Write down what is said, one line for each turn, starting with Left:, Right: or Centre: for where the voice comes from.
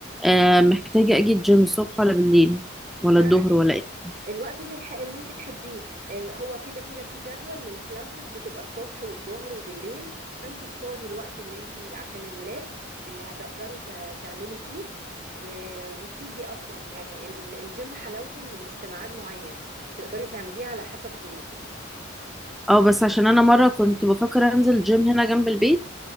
Centre: آه محتاجه اجي الجيم الصبح ولا بالليل ولا
Right: براحتك
Centre: الظهر ولا ايه
Right: الوقت اللي يح- اللي انت تحبيه آه، هو كده كده في جدول للكلاسز بتبقى الصبح والظهر وبالليل فانت اختاري الوقت اللي انت عشان الولاد اللي هتقدري ت- تعملي فيه و... وتيجي اصلا يعني ال- الجيم حلاوته انه مش في ميعاد معين تقدري تعمليه على حسب ظروفك
Centre: اه بس عشان انا مره كنت بفكر انزل الجيم هنا جنب البيت